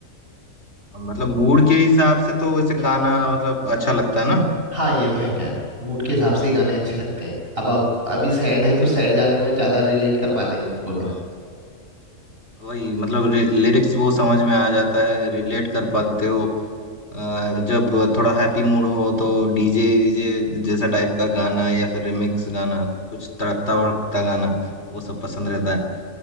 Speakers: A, on the left; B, on the right.
A: मतलब मूड के हिसाब से तो वैसे गाना मतलब अच्छा लगता है
B: हाँ ये तो है खैर मूड के हिसाब से ही गाने अच्छे लगते हैं अब आप अभी सैड है तो सैड गाने में ज्यादा रिलेट कर पाते हैं खुद को फिर
A: ना वही मतलब लिरिक्स वो समझ में आ जाता है रिलेट कर पाते हो अ, जब थोड़ा हैप्पी मूड हो तो डीजे वीजे जैसा टाइप का गाना या फिर रिमिक्स गाना कुछ तड़कता भड़कता गाना वो सब पसंद रहता है